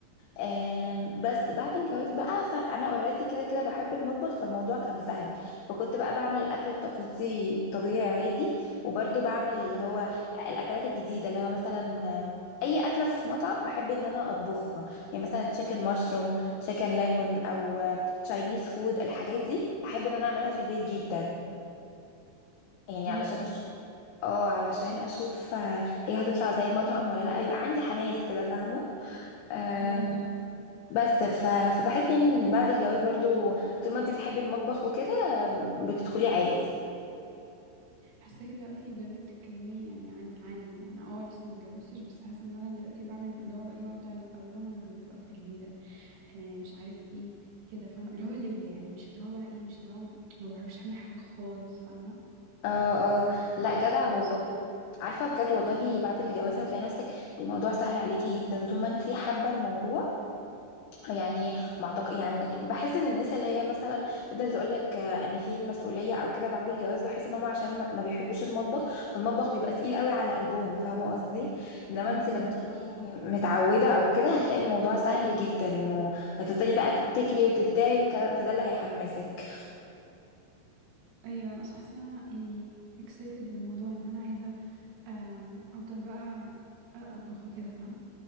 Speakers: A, on the left; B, on the right.
A: آم، بس بعد الجواز بقى فأنا أوريدي كده كده بحب المطبخ فالموضوع كان سهل فكنت بقى بعمل الأكل التقليدي طبيعي عادي وبرده بعمل اللي هو الأكلات الجديدة اللي هو مثلا آم، أي أكلة في مطعم بحب إن أنا أطبخها يعني مثلا تشيكن مشروم تشيكن ليمون أو تشاينيز فود الحاجات دي أحب إن أنا أعملها في البيت جدا يعني
B: ايه
A: علشان
B: ده الله
A: أش- اه علشان اشوف آه، هي هتطلع زي المطعم ولا لا بيبقى عندي حماس كده فاهمه آم،
B: ايوه
A: مم. بس ف... فبحس يعني ان بعد الجواز برضو طول ما انت بتحبي المطبخ وكده آم، بتدخلي عادي
B: حاساكي دلوقتي بجد بتتكلمي يعني عن عني انا اه لسه ما اتجوزتش بس حاسه ان انا دلوقتي بعمل اللي هو بقى ايه بقعد أعمل- اقول لهم انا هعمل لكم اكله جديده آه مش عارف ايه كده فاهمه اللي هو ليا يعني مش اللي هو بقى ايه مش اللي هو ما بعرفش اعمل حاجه خالص فاهمه
A: اه اه لا جدع
B: بس
A: والله عارفه بجد والله بعد الجواز هتلاقي نفسك الموضوع سهل عليكي جدا طول ما انت حابه الموضوع يعني ما أعتق- يعني بحس ان الناس اللي هي مثلا تقدر تقول لك ان في مسؤوليه او كده بعد الجواز بحس ان هم عشان ما ما بيحبوش المطبخ فالمطبخ بيبقى تقيل قوي على قلبهم فاهمه قصدي انما
B: فاهماكي
A: انت لما تكوني مم. متعوده او كده هتلاقي الموضوع سهل جدا وهتفضلي بقى تبتكري وتبدعي والكلام فده اللي هيحمسك
B: ايوه انا اصلا حاسه إن أنا يعني excited الموضوع ان انا عايزه آه افضل بقى اطبخ وكده فاهمه